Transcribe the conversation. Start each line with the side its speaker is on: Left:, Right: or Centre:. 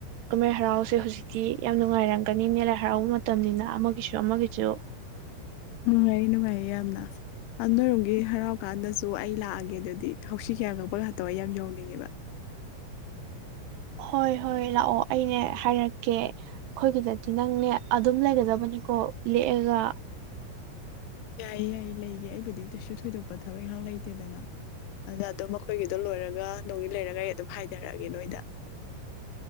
Right: ꯀꯨꯝꯃꯩ ꯍꯔꯥꯎꯁꯦ ꯍꯧꯖꯤꯛꯇꯤ ꯌꯥꯝ ꯅꯨꯡꯉꯥꯏꯔꯝꯒꯅꯤꯅꯦ ꯂꯥꯏ ꯍꯔꯥꯎꯕ ꯃꯇꯝꯅꯤꯅ ꯑꯃꯒꯤꯁꯨ ꯑꯃꯒꯤꯁꯨ
Left: ꯅꯨꯡꯉꯥꯏ ꯅꯨꯡꯉꯥꯏꯌꯦ ꯌꯥꯝꯅ ꯑ ꯅꯣꯏꯔꯣꯝꯒꯤ ꯍꯔꯥꯎ ꯀꯥꯟꯗꯁꯨ ꯑꯩ ꯂꯥꯛꯑꯒꯦ ꯑꯗꯨꯗꯤ ꯍꯧꯁꯤ ꯀꯩꯀꯥ ꯀꯛꯄ ꯀꯥꯗꯣ ꯑꯩ ꯌꯥꯝ ꯌꯧꯅꯤꯡꯉꯦꯕ
Right: ꯍꯣꯏ ꯍꯣꯏ ꯂꯥꯛꯑꯣ ꯑꯩꯅꯦ ꯍꯥꯏꯔꯛꯀꯦ ꯑꯩꯈꯣꯏꯒꯤꯗꯗꯤ ꯅꯪꯅꯦ ꯑꯗꯨꯝ ꯂꯩꯒꯗꯕꯅꯤꯀꯣ ꯂꯦꯛꯑꯒ
Left: ꯌꯥꯏꯌꯦ ꯌꯥꯏꯌꯦ ꯂꯩꯒꯦ ꯑꯩꯕꯨꯗꯤ ꯀꯩꯁꯨ ꯊꯣꯏꯗꯣꯛꯄ ꯊꯕꯛ ꯏꯪꯈꯥꯡ ꯂꯩꯇꯦꯗꯅ ꯑꯗꯨꯗ ꯑꯗꯣ ꯃꯈꯣꯏꯒꯤꯗꯣ ꯂꯣꯏꯔꯒ ꯅꯣꯡꯒꯤ ꯂꯩꯔꯒ ꯑꯩ ꯑꯗꯨꯝ ꯍꯥꯏꯊꯔꯛꯑꯒꯦ ꯅꯣꯏꯗ